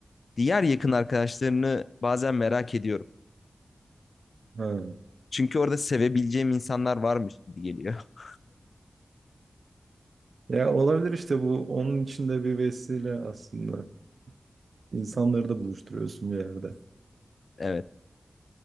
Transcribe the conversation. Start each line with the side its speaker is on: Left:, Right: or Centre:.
Left: diğer yakın arkadaşlarını bazen merak ediyorum.
Right: Ha.
Left: Çünkü orada sevebileceğim insanlar varmış gibi geliyor. <laughs>
Right: Ya olabilir işte bu onun için de bir vesile aslında. İnsanları da buluşturuyorsun bir yerde.
Left: Evet.